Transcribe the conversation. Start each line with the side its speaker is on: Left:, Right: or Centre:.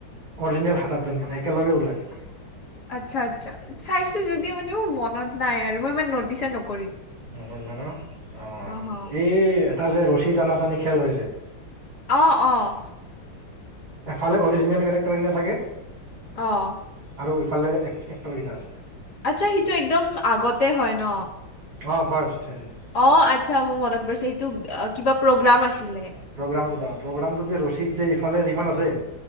Right: অৰিজিনেল সাত
Left: <unintelligible>
Right: আঠজন মানে একেলগে ওলায়
Left: একেলগে ওলাম। আচ্ছা আচ্ছা চাইছিল যদিও মা টো মনত নাই আৰু মই ইমান নটিচে নক,
Right: নকৰিলা ন, অ'
Left: অঁ হ
Right: এই এটা যে ৰছী টানা- টানি খেল হয় যে?
Left: অঁ অঁ।
Right: এফালে অৰিজিনেল কেৰেক্টৰকেইটা থাকে।
Left: অঁ
Right: আৰু ইফালে এক এক্টৰকেইটা আছে।
Left: আচ্ছা সিটো একদম আগতে হয় ন।
Right: অহ' ফাৰষ্ট থেৰি।
Left: অঁ আচ্ছা মোৰ মনত পৰিছে, সেইটো কিবা প্ৰগ্ৰাম আছিলে।
Right: প্ৰগ্ৰামটোত অ প্ৰগ্ৰামটো যে ৰচিদ যে ইফালে যিমান আছে।